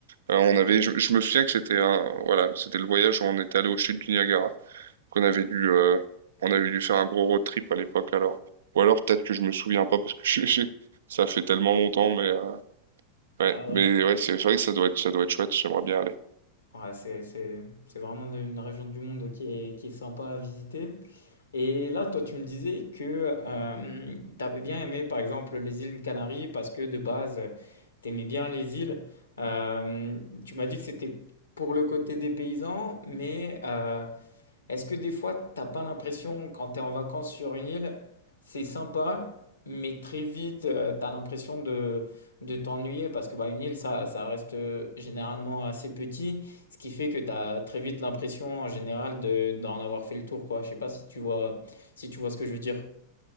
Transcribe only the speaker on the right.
Euh, on avait je, je me souviens que c'était un voilà c'était le voyage où on est allé au chutes du Niagara qu'on avait dû euh, on avait dû faire un gros road trip à l'époque alors. Ou alors peut-être que je me souviens pas parce que <laughs> je, je- ça fait tellement longtemps mais euh, ouais
mais ouais c'est c'est vrai que ça doit être ça doit être chouette. J'aimerais bien aller.